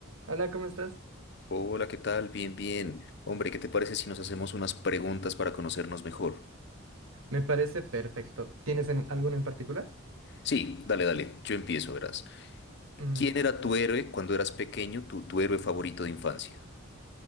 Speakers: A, on the right; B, on the left.
A: Hola, ¿cómo estás?
B: Hola, ¿qué tal? Bien, bien. Hombre, ¿qué te parece si nos hacemos unas preguntas para conocernos mejor?
A: Me parece perfecto. ¿Tienes en- alguno en particular?
B: Sí, dale, dale, yo empiezo, verás.
A: Mm,
B: ¿Quién era tu héroe cuando eras pequeño, tu, tu héroe favorito de infancia?